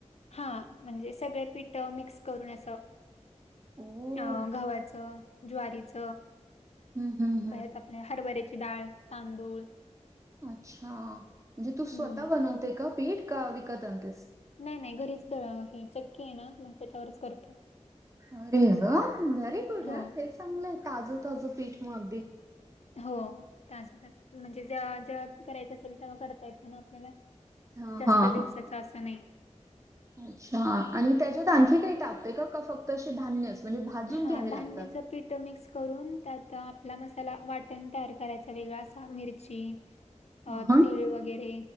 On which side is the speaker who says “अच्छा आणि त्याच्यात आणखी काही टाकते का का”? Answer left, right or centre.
Right